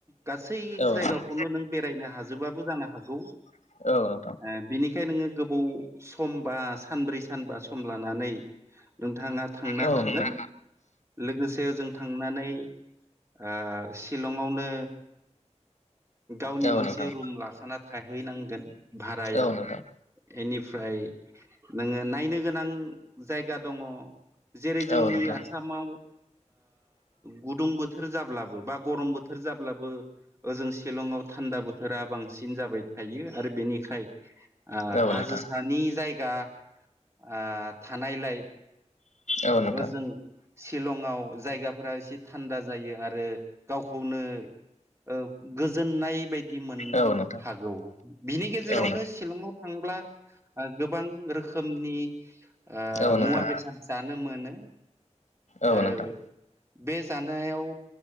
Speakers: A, on the right; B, on the left.
A: गासै
B: औ
A: जायगाखौनो
B: नोंथां
A: नों बेरायनो हाजोबाबो जानो हागौ
B: औ नोंथां
A: ओ बिनिखायनो नोङो गोबाव सम बा सानब्रै सानबा सम लानानै नोंथाङा थांनो
B: नोंथाङा
A: हागोन लोगोसे जों थांनानै ओ सिलंआवनो गावनि
B: औ
A: मोनसे
B: नोंथां
A: रुम लाखाना थाहैनांगोन भारायाव
B: औ नोंथां
A: इनिफ्राय नोङो नायनो गोनां जायगा दङ जेरै जोंनि
B: औ नोंथां
A: आसामाव ओ गुदुं बोथोर जाब्लाबो बा गरम बोथोर जाब्लाबो ओजों सिलं लंङाव थान्दा बोथोरा बांसिन जाबाय थायो आरो बेनिखाय ओ
B: औ
A: हाजोसानि
B: नोंथां
A: जाय जायगा ओ थानायलाय
B: औ नोंथां
A: ओजों सिलंआव जायगाफोरा एसे थान्दा जायो आरो गावखौनो ओ गोजोननाय बायदि मोननो
B: औ नोंथां
A: हागौ बिनि गेजेरावनो
B: औ
A: सिलंआव थांब्ला ओ गोबां रोखोम रोखोमनि ओ
B: औ नोंथां औ नोंथां
A: मुवा बेसाद जानो मोनो।
B: औ
A: ओ
B: नोंथां
A: बे जानायाव